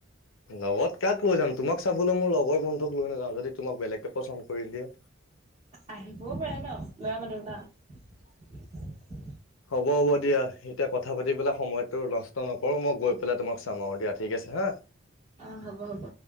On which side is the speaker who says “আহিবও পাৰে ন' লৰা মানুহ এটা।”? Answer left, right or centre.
Right